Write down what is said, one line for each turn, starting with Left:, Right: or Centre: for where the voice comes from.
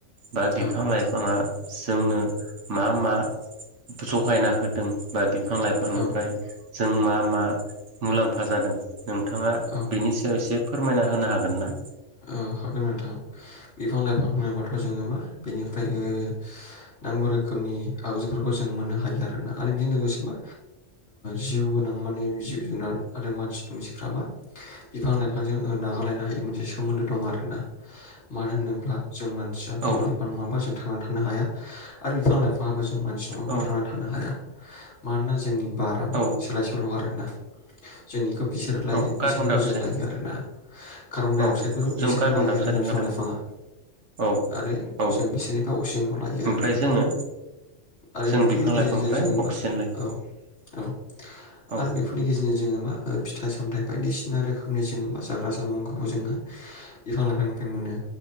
Right: बा बिफां
Left: औ
Right: लाइफाङा जोंनो मा मा जगायना होदों बा बि बिफां लाइफांनिफ्राय
Left: औ
Right: जों मा मा मुलाम्फा जादों। नोंथाङा
Left: औ
Right: बेनि सायाव एसे फोरमायना होनो हागोन ना।
Left: औ हागोन नोंथां बिफां लाइफां होनोबाथ' जोङो मा बेनिफ्राय ओ नांगौ रोखोमनि आगजुफोरखौ जों मोननो हायो आरोना आरो बेजों लोगोसे मा जिउ गोनां माने जिब जुनार आरो मानसि दुमसिफ्रबा बिफां लाइफांजों नागारलायनो हायो मोनसे सोमोन्दो दं। आरोना मानो होनोब्ला जों मानसिया बिफां
Right: औ
Left: लाइफां नङाबा जों थां नानै थानो हाया आरो बिफां लाइफाङाबो जों मानसि नङाबा
Right: औ
Left: थांनानै थानो हाया। मानोना जोंनि बारा मा
Right: औ
Left: सोलाय सोल' आरोना जोंनिखो बिसोर लायो
Right: औ
Left: बिसोरनिखौ
Right: कार्बन डाइ अक्साइड
Left: जों लायो आरोना कार्बन डाइ
Right: औ
Left: अक्साइद बिसोरो
Right: जों कार्बन
Left: लायो
Right: डाइ अक्साइड
Left: आरोना
Right: ओंखारदों
Left: बिफां लाइफाङा।
Right: औ
Left: आरो
Right: औ
Left: जों बिसोरनिफ्राय अक्सिजेनखौ लायो
Right: ओमफ्राय
Left: आरोना।
Right: जोङो
Left: आरो
Right: जों
Left: बेफोरनि
Right: बिफां
Left: गेजेरजोंनो
Right: लाइफांनिफ्राय
Left: जोङो
Right: अक्सिजेन
Left: मा
Right: लायो
Left: औ औ
Right: औ
Left: आरो बेफोरनि गेजेरजों जों जोङो मा फिथाइ सामथायाइ बायदिसिना रोखोमनि जोङो मा जाग्रा जामुंखौबो जोङो बिफां लाइफांनिफ्राय मोनो